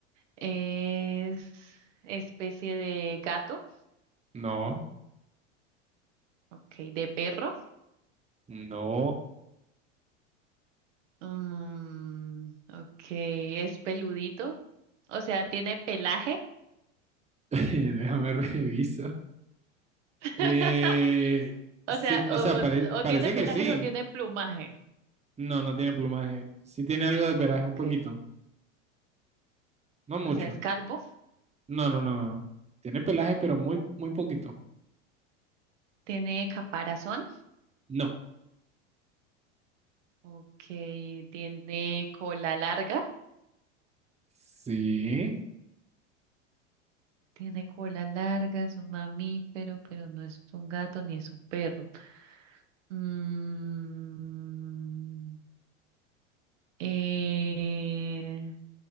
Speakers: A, on the right; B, on the right.
A: Es especie de gato.
B: No.
A: Ok, de perro.
B: No,
A: Mm, ok, es peludito. O sea, tiene pelaje.
B: <laughs> déjame reviso.
A: <laughs>
B: Eh, se-
A: O sea, o,
B: o sea, pare- parece
A: o tiene pelaje
B: que sí.
A: o tiene plumaje.
B: No, no tiene plumaje. Sí tiene algo de pelaje,
A: Ok,
B: un poquito. No mucho.
A: o sea, es calvo.
B: No, no, no, no. Tiene pelaje, pero muy, muy poquito.
A: Tiene caparazón.
B: No.
A: Ok, tiene cola larga.
B: Sí.
A: Tiene cola larga, es un mamífero, pero no es un gato ni es un perro. Mm, eh,